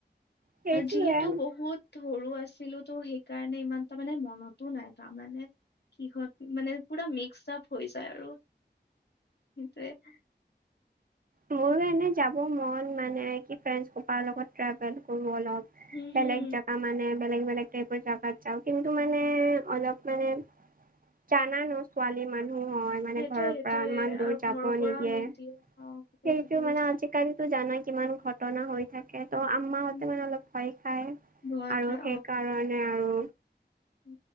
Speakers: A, on the right (about 50°); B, on the left (about 65°).
A: সেইটোয়ে
B: যিহেতু বহুত, সৰু আছিলো তো সেইকাৰণে ইমান তা মানে মনতো নাই তাৰমানে কি হয় মানে পুৰা মিক্সড আপ হৈ যায় আৰু সেইটোৱে।
A: মোৰো এনে যাব মন মানে কি ফ্ৰেণ্ডছ সোপাৰ লগত ট্ৰেভেল কৰোঁ অলপ।
B: উম, হুম,
A: বেলেগ জেগা মানে বেলেগ বেলেগ টাইপৰ জেগাত যাওঁ কিন্তু মানে অলপ মানে জানা ন ছোৱালী মানুহ হয় মানে
B: সেইটোয়ে
A: ঘৰৰ
B: সেইটোয়ে
A: পৰা ইমান
B: আৰু
A: দূৰ
B: ঘৰৰ
A: যাব
B: পৰাও
A: নিদিয়ে।
B: অ', ঠিকেই
A: সেইটো
B: ঠিকে কৈছা।
A: মানে আজিকালিতো জানা কিমান ঘটনা হৈ থাকে ত মাহতে
B: উম,
A: মানে
B: উম,
A: অলপ ভয় খায়
B: ভয়
A: আৰু
B: খাই
A: সেই কাৰণে আৰু।
B: উ